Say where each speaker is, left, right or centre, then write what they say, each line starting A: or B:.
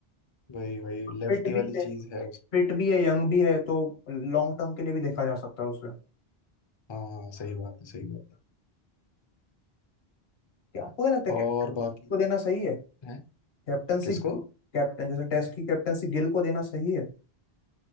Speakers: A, on the left (about 40°); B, on the left (about 70°).
A: वही वही लेफ्टी
B: फिट भी
A: वाली
B: है
A: चीज है उस
B: फिट भी है यंग भी है तो लॉन्ग टर्म के लिए भी देखा जा सकता है उसे
A: हाँ सही बात है सही बात है
B: क्या आपको क्या लगता है कैप्टन
A: और बाकी
B: को देना सही है
A: है
B: कैप्टनसी
A: किसको
B: कैप्टन जैसे टेस्ट की कैप्टनसी गिल को देना सही है